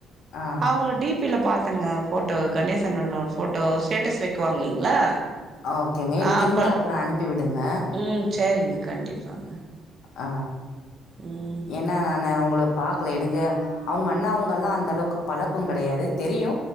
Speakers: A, on the left; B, on the right.
A: ஆ
B: அவுங்களோட டி பி ப்பில பாத்தேங்க ஃபோட்டோ கணேஸ் அண்ணனோட ஃபோட்டோ ஸ்டேட்டஸ் வைக்குவாங்க இல்லைங்களா
A: ஓகேங்க எனக்கு
B: ஆப்பல்
A: இருந்தா அப்புற அனுப்பி விடுங்க
B: ம் சேரிங்க கண்டிப்பாங்க
A: ஆ
B: ம்
A: என்னா நானு அவுங்கள பாக்கல எனக்கு அவுங்க அண்ணா அவுங்கெல்லா அந்த அளவுக்கு பழக்கோ கெடையாது தெரியு